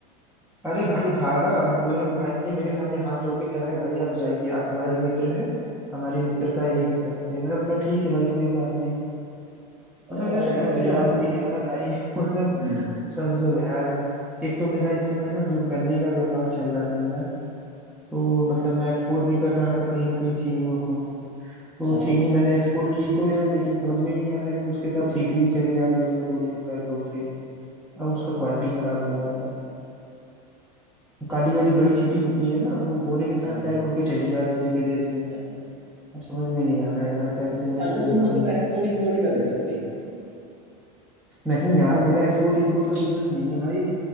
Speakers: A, in the centre; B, on the right.
A: अरे भाई भागा मेरे भाई मेरे सामने हाथ जोड़ के कह रहा है भाई आप जाइए आप हमारे मित्र हैं हमारी मित्रता यहीं तक रखते हैं मैंने बोला ठीक है भाई कोई बात नहीं
B: ओ
A: मतलब यार
B: माय गॉड
A: ऐसे
B: यार
A: आदमी है ना भाई <laughs> मतलब
B: हम्म
A: समझो यार एक तो मेरा इस समय ना जो गन्ने का व्यापार चल रहा था मेरा तो मतलब मैं एक्सपोर्ट भी कर रहा था कहीं ना कहीं चीनियों को तो
B: हाँ
A: चीनी मैंने एक्सपोर्ट की तो यार लेकिन समझ में नहीं आ रहा यार उसके साथ चींटी भी चली जा रही है बोरे में पैक होके अब उसका क्वालिटी खराब हो जा रहा है वो काली वाली बड़ी चींटी होती है ना वो बोरे के साथ
B: हाँ हाँ
A: पैक होके चली जा रही है विदेश में
B: अच्छा अच्छा अच्छा
A: अब समझ में नहीं आ रहा है यार कैसे
B: तो
A: मैं इसको
B: आजकल
A: सुधारूं
B: तुम मतलब एक्सपोर्ट इम्पोर्ट ही कर रहे हो तुम भी
A: नहीं यार मेरा एक्सपोर्ट इंपोर्ट का बिजनेस नहीं है भाई